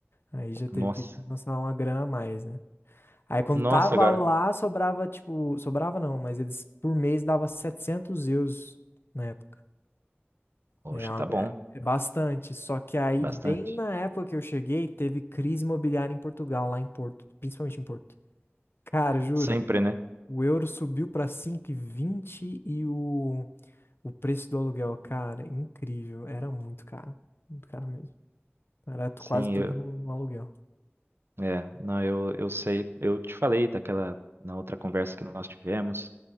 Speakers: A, on the left; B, on the right.
A: Aí já teve
B: Nossa,
A: que lançar uma grana a mais, né? Aí quando
B: nossa
A: tava
B: agora.
A: lá, sobrava, tipo. Sobrava não, mas eles por mês dava 700 euros na época.
B: Poxa,
A: É, é uma-
B: tá bom,
A: é bastante. Só que aí,
B: bastante.
A: bem na época que eu cheguei, teve crise imobiliária em Portugal, lá em Porto. Principalmente em Porto. Cara, juro.
B: Sempre, né?
A: O euro subiu pra cinco e vinte e o. O preço do aluguel, cara, é incrível. Era muito caro. Muito caro mesmo. Era tu-
B: Sim,
A: quase tudo
B: eu,
A: no, no aluguel.
B: é, não, eu, eu sei, eu te falei daquela na outra conversa que nós tivemos.